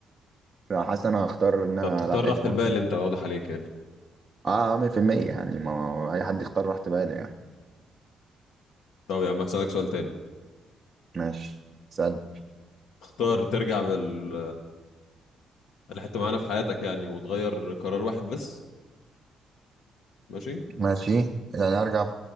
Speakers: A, on the right; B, on the left.
A: فحاسس انا هختار ان انا
B: طب تختار
A: لا عايش
B: راحة البال
A: مبسوط
B: انت واضح عليك يعني
A: اه 100% يعني ما هو اي حد يختار راحة باله يعني
B: طب يا عم هسألك سؤال تاني
A: ماشي سأل
B: تختار ترجع بال... لحتة معانا في حياتك يعني وتغير قرار واحد بس ماشي
A: ماشي يعني ارجع